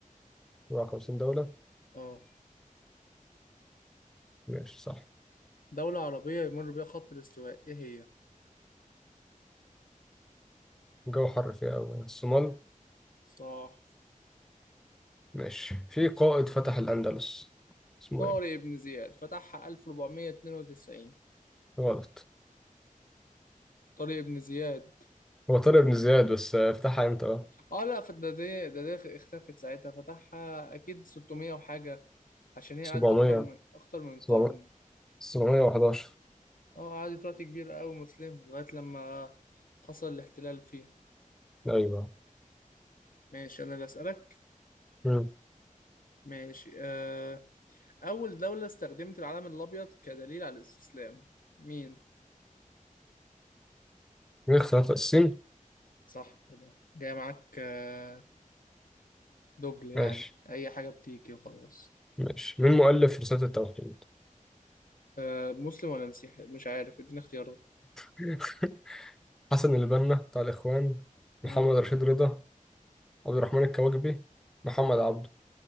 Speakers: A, in the centre; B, on the left (about 80°).
A: 54 دولة
B: اه
A: ماشي صح
B: دولة عربية يمر بيها خط الاستواء إيه هي
A: الجو حر فيها أوي الصومال
B: صح
A: ماشي في قائد فتح الأندلس اسمه
B: طارق
A: إيه؟
B: بن زياد فتحها 1492
A: غلط
B: طارق بن زياد
A: هو طارق بن زياد بس آه، فتحها إمتى بقى؟
B: اه لا فده ده ده ده اختفت ساعتها فتحها أكيد 600 وحاجة عشان هي
A: 700
B: قعدت أكتر من أكتر من
A: 700
B: قرن
A: 711
B: اه قعدت وقت كبير قوي مسلمة لغاية لما حصل الاحتلال فيها
A: أيوه
B: ماشي أنا اللي أسألك
A: مم.
B: ماشي آه، أول دولة استخدمت العلم الأبيض كدليل على الاستسلام مين؟
A: مين اختلاف السين؟
B: صح كده جاي معاك آه، دبل يعني
A: ماشي
B: أي حاجة بتيجي وخلاص
A: ماشي مين مؤلف رسالة التوحيد؟
B: آه، مسلم ولا مسيحي مش عارف اديني اختيارات
A: <laughs> حسن البنا بتاع الإخوان محمد
B: مم.
A: رشيد رضا عبد الرحمن الكواكبي محمد عبده